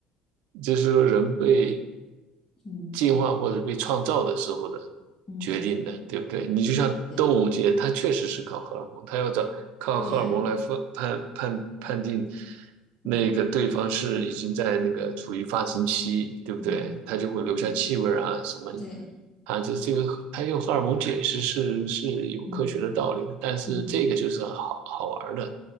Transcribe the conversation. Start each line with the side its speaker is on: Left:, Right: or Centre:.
Right: 就是说人被
Left: 嗯
Right: 进化或者被创造的时候的
Left: 嗯，
Right: 决定的，对不对？你就像动物界，
Left: 对
Right: 它确实是靠荷尔蒙，它要找靠荷尔蒙来分判判判定
Left: 对呀、嗯
Right: 那个对方是已经在那个处于发情期，对不对？
Left: 嗯
Right: 它就会留下气味啊什么
Left: 对对
Right: 啊，这这个它用荷尔蒙解释是是有科学的道理的，
Left: 嗯
Right: 但是这个就是好好玩儿的，
Left: 嗯